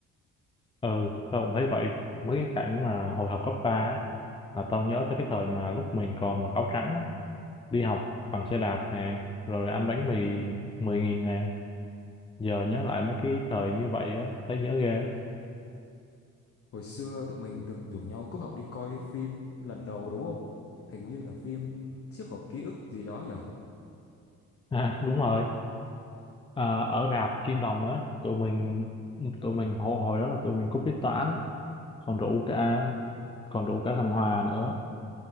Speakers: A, on the left (about 15°); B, on the left (about 50°).
A: Ừ, tao cũng thấy vậy. Mấy cái cảnh mà hồi học cấp 3 á, là tao nhớ tới cái thời mà lúc mình còn mặc áo trắng á, đi học bằng xe đạp nè, rồi ăn bánh mì 10.000 nè. Giờ nhớ lại mấy cái thời như vậy á, thấy nhớ ghê á.
B: hồi xưa tụi mình từng rủ nhau cúp học đi coi phim lần đầu đúng không hình như là phim chiếc hộp ký ức gì đó nhở
A: À, đúng rồi. À, ở rạp Kim Đồng á, tụi mình tụi mình hồi hồi đó là tụi mình cúp tiết toán, còn rủ cả còn rủ cả thằng Hòa nữa